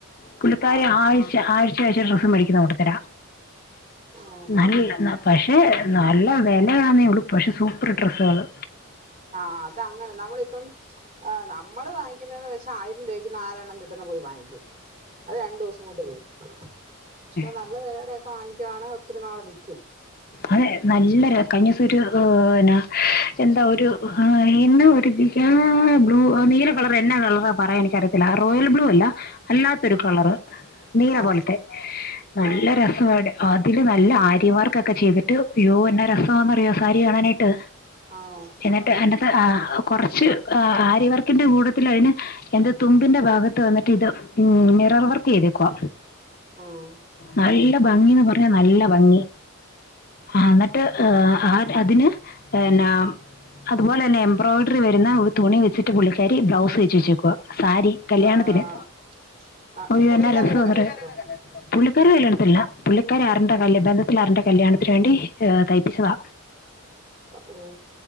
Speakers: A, on the left; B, on the right.
A: പുള്ളിക്കാരി
B: ആഹ്
A: ആഴ് ച്ച ആഴ്ച ആഴ്ച ഡ്രസ്സ് മേടിക്കുന്ന കൂട്ടത്തില
B: ഓഹോ
A: നല്ല ന പക്ഷെ നല്ല വെലയാന്നേ ഒള്ളു പക്ഷെ സൂപ്പർ ഡ്രസ്സുകള്
B: ആഹ് അതങ്ങനെ നമ്മളിപ്പം നമ്മള് വാങ്ങിക്കുന്നതന്ന് വെച്ചാ ആയിരം രൂപയ്ക്ക് നാലെണ്ണം കിട്ടുന്ന പോയി വാങ്ങിക്കും അത് രണ്ടുസം കൊണ്ട് പോവും ക്ഷെ
A: ആ
B: നല്ല വിലടൊക്കെ വാങ്ങിക്കുവാണെങ്ക ഒത്തിരി നാള് നിക്കും
A: അതെ നല്ലെര് കഴിഞ്ഞസം ഒരു ഏന്നാ എന്താ ഒരു ആഹ് എന്ന ഒരുതി ബ്ലൂ നീല കളർ എന്നാ കളറ പറയാൻ എനിക്കറിയത്തില്ല റോയൽ ബ്ലൂ അല്ല കളർ നീല
B: ആഹ്
A: പോലത്തെ നല്ല
B: ആഹ്
A: ര <unintelligible> അതില് നല്ല ആര്യമാർക്കൊക്കെ ചെയ്തിട്ട് അയ്യോ എന്ന രസമാന്ന്റിയോ സാരി കാണാനായിട്ട്
B: ആഹ്
A: എന്നട്ട് എന്നത്തെ ആഹ് കുറച്ച് ആരിവർക്കിന്റെ കൂടത്തി അതിന് എന്റെ തുമ്പിന്റെ ഭാഗത്ത് വന്നിട്ട് ഇത് മിറർ വർക്ക് ചെയ്തേക്കുവാ
B: ആഹ്
A: നല്ല ഭംഗിന്ന് പറഞ്ഞാ നല്ല ഭംഗി ആഹ് എന്നിട്ട് ആഹ് അതിന് എന്നാ അതുപോലെ തന്നെ എംബോഡറി വരുന്ന തുണി വെച്ചിട്ട് പുള്ളിക്കാരി ബ്ലൗസ് വെച്ച് വെച്ചേക്കുവ സാരി കല്യാണത്തിന്
B: ആഹ് ആഹ്
A: ഒയന്നെ
B: പുള്ളിക്കാരിയുടെ
A: രസ <unintelligible>
B: കല്ലെടുത്തോ
A: പുള്ളിക്കാാര കല്യാണത്തില്ല പുള്ളിക്കാരി <unintelligible> കല്യണബന്ധത്തിൽ ആരുന്റെ കല്യാണത്തിന് വേണ്ടി തഴപ്പിച്ചതാ
B: ഓ